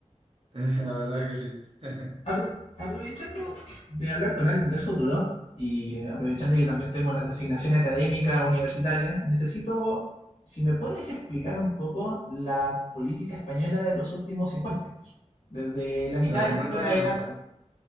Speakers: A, on the right; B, on the left.
A: la verdad es que sí. <laughs>
B: Apro- aprovechando de hablar con alguien del futuro y aprovechando que también tengo una designación académica universitaria, necesito, si me puedes explicar un poco la política española de los últimos 50 años. Desde la mitad
A: Los
B: del
A: cincuenta
B: siglo en adelante.
A: años,